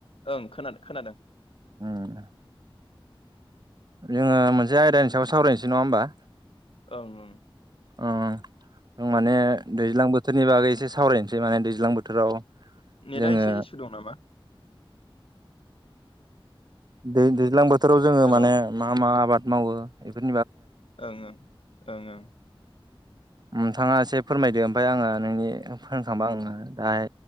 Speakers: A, on the left; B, on the right.
A: औ खोनादों खोनादों
B: उम जोंङो मोनसे आयदानि सायाव सावरायनोसै नंङा होनबा
A: औ ओं
B: ओं ओं माने दैज्लां बोथोरनि बागै एसे सावरायनोसै माने दैज्लां बोथोराव
A: नेटआ
B: जोङो
A: एसे इसु दं नामा
B: दै दैज्लां बोथोराव जोंङो
A: हेलौ
B: माने मा मा आबाद मावो बेफोर
A: ओं ओं ओं ओं
B: नोंथांङा एसे फोरमायदो ओमफाय आंङो नोंनि फोरमायखांबा आं दाहाय